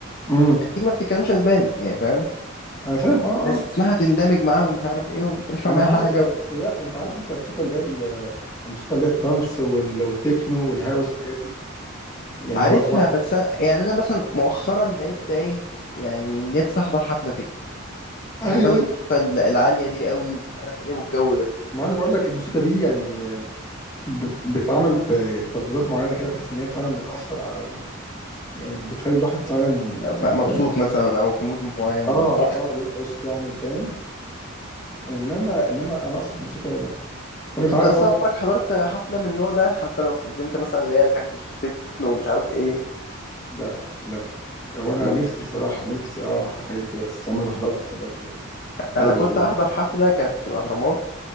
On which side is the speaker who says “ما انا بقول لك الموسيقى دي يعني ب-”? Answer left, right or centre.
Left